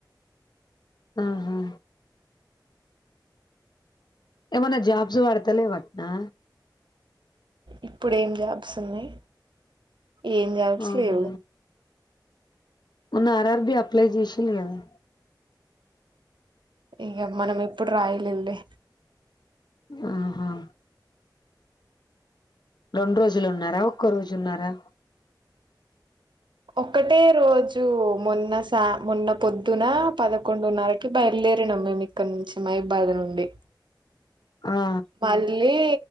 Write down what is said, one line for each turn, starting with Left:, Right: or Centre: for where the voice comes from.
Left: ఆహా ఏమన్నా జాబ్స్ పెడతలేవ ఆ
Right: ఇప్పుడు ఎం జాబ్స్ ఉన్నాయి? ఏం జాబ్స్
Left: అవునా
Right: లేవు
Left: మొన్న ఆర్ ఆర్ బి అప్లై చేసింది కదా
Right: ఇక మనం ఎప్పుడు రాయలండి
Left: అహా రెండు రోజులున్నారా ఒక్క రోజున్నారా
Right: ఒకటే రోజు మొన్న సా మొన్న పొద్దున పదకొండున్నరకి బయలుదేరినం మేము ఇక్కడ నుంచి మై బాధ్ నుండి
Left: ఆ
Right: మళ్ళీ